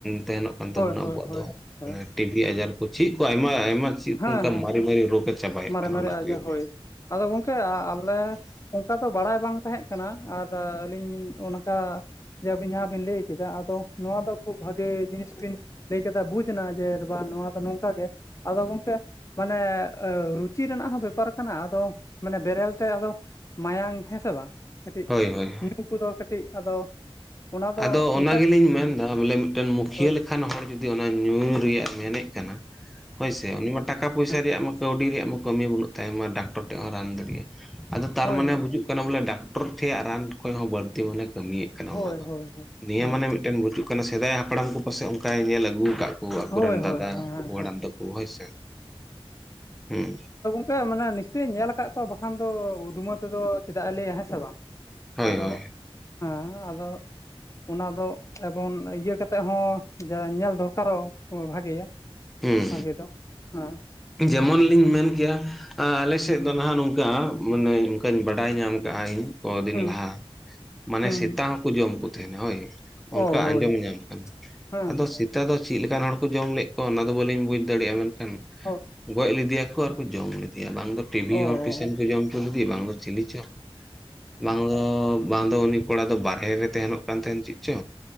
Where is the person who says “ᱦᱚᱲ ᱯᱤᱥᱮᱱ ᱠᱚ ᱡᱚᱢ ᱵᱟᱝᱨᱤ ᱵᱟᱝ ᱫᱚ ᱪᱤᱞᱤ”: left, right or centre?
Centre